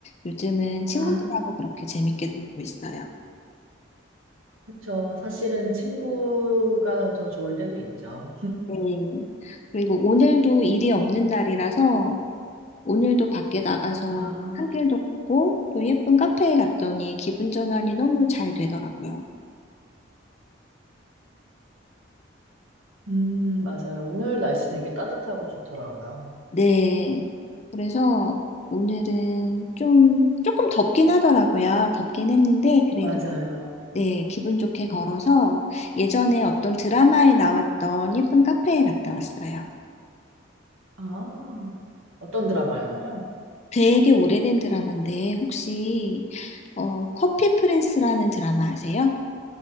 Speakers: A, on the left; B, on the right.
A: 요즘은 친구들하고
B: 아.
A: 그렇게 재밌게 놀고 있어요.
B: 그쵸. 사실은 친구가 더 좋을 때도 있죠.
A: 네. 그리고 오늘도 일이 없는 날이라서 오늘도 밖에 나가서
B: 아,
A: 산길도 걷고 또 예쁜 카페에 갔더니 기분 전환이 너무 잘 되더라고요.
B: 음, 맞아요. 오늘 날씨 되게 따뜻하고 좋더라고요.
A: 네. 그래서 오늘은 좀 조금 덥긴 하더라고요. 덥긴 했는데 그래도
B: 맞아요.
A: 네, 기분 좋게 걸어서 예전에 어떤 드라마에 나왔던 예쁜 카페에 갔다 왔어요.
B: 아, 어떤 드라마였나요?
A: 되게 오래된 드라마인데 혹시 어, 커피 프린스라는 드라마 아세요?